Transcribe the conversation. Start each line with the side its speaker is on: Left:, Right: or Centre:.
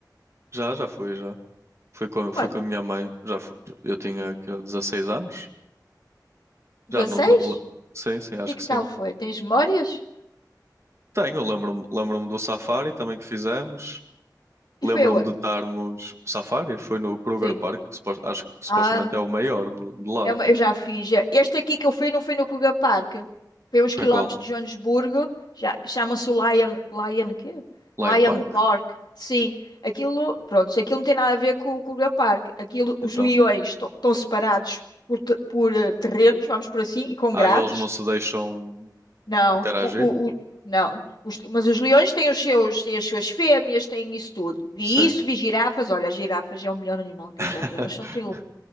Right: Já, já fui, já. Fui com, a-
Left: Quando?
Right: fui com a minha mãe. Já fu- Eu tinha que, é, 16 anos.
Left: dezasseis
Right: Já não, não me le- Sim, sim, acho
Left: E que
Right: que sim.
Left: tal foi? Tens memórias?
Right: Tenho, lembro-me, lembro-me do safari também que fizemos. Lembro-me
Left: E foi aonde?
Right: de estarmos. O safari foi no Kruger
Left: Sim.
Right: Park, que supos- acho que supostamente
Left: Ah,
Right: é o maior de, de lá.
Left: é uma- eu já fiz. já. Este aqui que eu fui não foi no Kruger Park. Foi uns
Right: Foi
Left: quilómetros
Right: em qual?
Left: de Joanesburgo. Já, chama-se o Lion... Lion quê?
Right: Lion
Left: Lion
Right: Park?
Left: Park. Sim. Aquilo, pronto, aquilo não tem nada a ver com o Kruger Park. Aquilo,
Right: Então.
Left: os leões estão estão separados por, te- por eh, terrenos, vamos por assim, e com
Right: Ah,
Left: grades.
Right: eles não se deixam
Left: Não,
Right: interagir?
Left: o, o, o- não. Os- mas os leões têm os seus, têm as suas fêmeas, têm isso tudo. Vi
Right: Sim.
Left: isso, vi girafas. Olha, as girafas é o melhor animal que
Right: <laughs>
Left: eu já vi. Elas são tão... ele-